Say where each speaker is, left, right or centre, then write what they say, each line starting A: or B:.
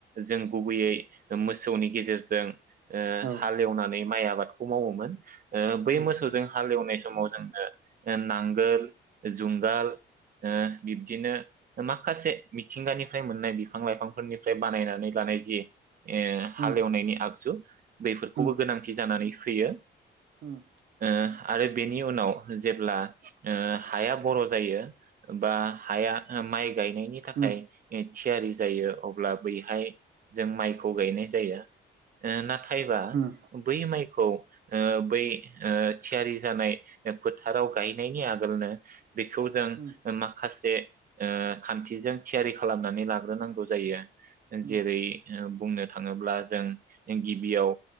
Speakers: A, on the right; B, on the right.
A: जों गुबैयै ओ मोसौनि गेजेरजों ओ
B: औ
A: हालेवनानै माइ आबादखौ मावोमोन ओ बै
B: उम
A: मोसौजों हालेवनाय समाव जोंनो नांगोल जुंगाल ओ बि बिदिनो माखासे मिथिंगानिफ्राय मोननाय बिफां लाइफांफोरनिफ्राय बानायनानै लानाय जि ओ हालेवनायनि
B: उम
A: आगजु बैफोरखौबो
B: उम
A: गोनांथि जानानै फैयो
B: उम
A: ओ आरो बेनि उनाव जेब्ला हाया बर जायो बा हाया ओ माइ गायनायनि थाखाय
B: उम
A: ओ थियारि जायो अ ब्ला बैहाय जों माइ खौ गायनाय जायो <unintelligible>
B: उम
A: <unintelligible> बै माइ खौ ओ बै ओ थियारि जानाय ओ फोथाराव गायनायनि आगोलनो बेखौ जों
B: उम उम
A: मा खासे ओ खान्थिजों थियारि खालामनानै लाग्रोनांगौ जायो
B: उम
A: जेरै ओ बुंनो थाङोब्ला जों गिबियाव